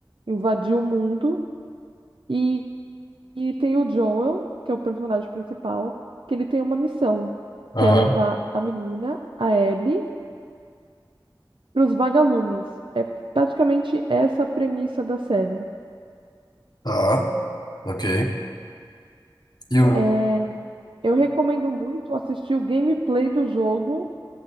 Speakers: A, on the right; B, on the left.
A: invadir o mundo e, e tem o Joel, que é o personagem principal, que ele tem uma missão,
B: Aham.
A: que é levar a menina, a Ellie, para os vagalumes. É praticamente essa a premissa da série.
B: Tá, ok. E o...
A: É, eu recomendo muito assistir o gameplay do jogo,